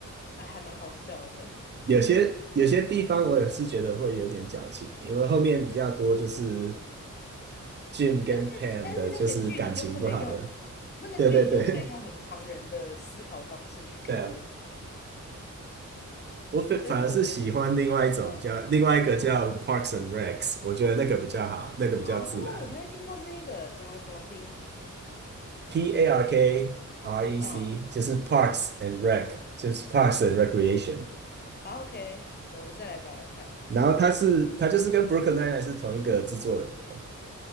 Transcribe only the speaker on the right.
有些有些地方我也是觉得会有点矫情，因为后面比较多就是。Jim 跟
Pam 的就是感情不好的，对对对对啊！我反反而是喜欢另外一种叫另外一个叫
Parkson Rex，我觉得那个比较好，那个比较自然。
P A R K R E
C 就是 Parks and Rec，就是 Parks and Recreation。
然后他是他就是跟 b r o o k e y n Nine 是同一个制作人，哦，